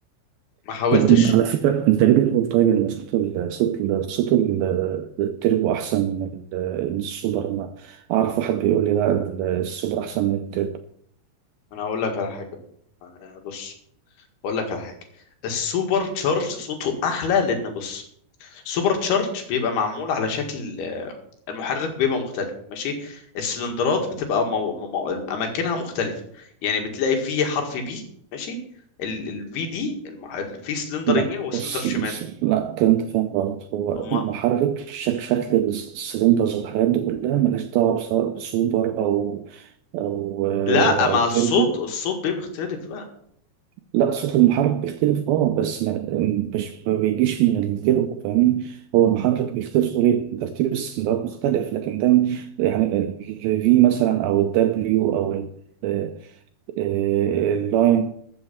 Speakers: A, on the left; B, on the right.
A: ما حاولتش
B: طب إن- على فكرة أنت ليه بتقول طيب إن صوت ال صوت ال صوت ال- التربو أحسن من ال- من السوبر ما أعرف واحد بيقول لي لا ال- السوبر أحسن من التربو
A: انا هقول لك على حاجة آه، بص اقول لك على حاجة السوبر تشارج صوته احلى لان بص سوبر تشارج بيبقى معمول على شكل آه، المحرك بيبقى مختلف ماشي السلندرات بتبقى مو... مو... اماكنها مختلفه يعني بتلاقي فيه حرف بي ماشي الفي دي المح... ال- في سلندر
B: لا
A: يمين وسلندر
B: بص
A: شمال
B: بص- لا كده أنت فاهم غلط هو
A: اما
B: المحرك شك شكل الس- السلندرز والحاجات دي كلها ملهاش دعوة بص- بسوبر أو أو أو
A: لا ما الصوت
B: تربو
A: الصوت بيبقى بيختلف بقى
B: لا صوت المحرك بيختلف اه بس ما مش ما بيجيش من التربو فاهمني هو المحرك بيختلف طريقة ترتيب السلندرات مختلف لكن ده يعني الفي مثلا او الدبليو او ال- آه، آه، اللاين